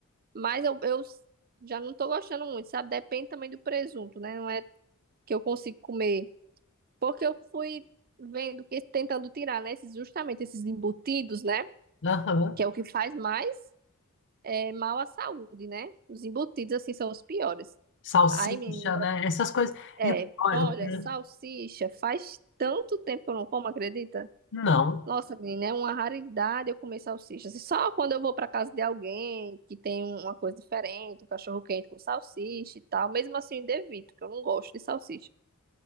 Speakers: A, on the right; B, on the left.
A: Mas eu, eu já não tô gostando muito, sabe? Depende também do presunto, né? Não é que eu consigo comer. Porque eu fui vendo que tentando tirar, né, esses, justamente esses embutidos, né,
B: Aham.
A: que é o que faz mais é, mal à saúde, né? Os embutidos assim são os piores.
B: Salsicha,
A: Ai, menina,
B: né? Essas coisas.
A: é,
B: E o pior,
A: olha,
B: eu-
A: salsicha, faz tanto tempo que eu não como, acredita?
B: não.
A: Nossa, menina, é uma raridade eu comer salsicha. Assim, Só quando eu vou para casa de alguém que tem uma coisa diferente, um cachorro quente com salsicha e tal, mesmo assim eu ainda evito, porque eu não gosto de salsicha.